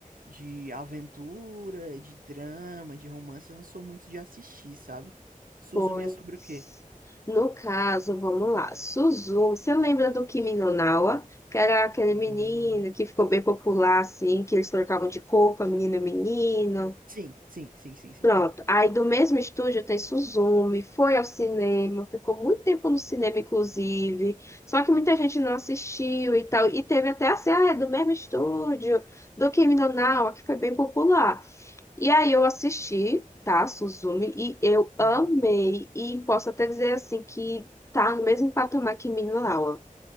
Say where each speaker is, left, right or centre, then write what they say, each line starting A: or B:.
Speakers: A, on the right (about 80°); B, on the left (about 20°).
A: de aventura, de drama, de romance, eu não sou muito de assistir, sabe? Suzumi
B: Pois,
A: é sobre o quê?
B: no caso, vamos lá. Suzumi, você lembra do Kimi no Nawa? Que era aquele menino
A: Nonawa.
B: que ficou bem popular, assim, que eles trocavam de corpo, menino e menino.
A: Sim, sim, sim, sim, sim.
B: Pronto. Aí do mesmo estúdio tem Suzumi, foi ao cinema, ficou muito tempo no cinema, inclusive. Só que muita gente não assistiu e tal. E teve até assim, ah, é do mesmo estúdio, do Kimi no Nawa, que foi bem popular. E aí eu assisti, tá, Suzumi, e eu amei.
A: Uhum,
B: E posso até dizer assim que tá no mesmo patamar que Minna Minha